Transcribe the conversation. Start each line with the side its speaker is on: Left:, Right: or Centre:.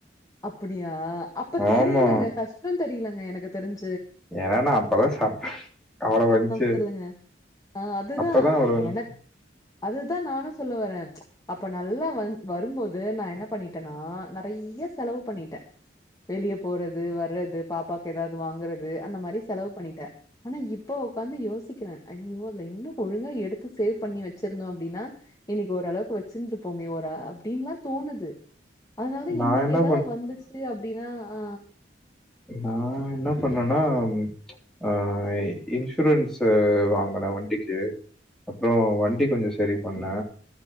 Left: அப்புடியா அப்ப தெரிலங்க
Centre: ஆமா.
Left: கஷ்டந் தெரிய்லங்க எனக்கு தெரிஞ்
Centre: எனா நா அப்பதா சாப் அவ்வளவு வந்துச்சு.
Left: சொல்லுங்க அ அதுதா
Centre: அப்பதான் அவ்வளவு வந்துச்சு.
Left: எனக் அது தா நானு சொல்ல வர அப்ப நல்லா வந் வரும்போது நா என்னபண்ணிட்டன்னா நறையா செலவு பண்ணிட்ட வெளிய போறது வரது பாப்பாக்கு ஏதாவ்து வாங்குறது அந்த மாரி செலவு பண்ணிட்ட அனா இப்போ உக்காந்து யோசிக்கிற ஐயோ அதுல இன்னு ஒழுங்கா எடுத்து சேவ் பண்ணி வச்சிருந்தோ அப்டின்னா இன்னிக் ஓரளவுக்கு வச்சிருந்துப்போமே ஒரு அப்டீன்லா தோணுது அதுனால்தா
Centre: நான்
Left: இன்னிக்கு
Centre: என்ன
Left: எதாவ்து வந்துச்சு அப்டின்னா அ
Centre: நா என்னப் பண்ணன்னா அ இன்சூரன்ஸு வாங்குன வண்டிக்கு அப்றோ வண்டி கொஞ்சோ செரி பண்ணே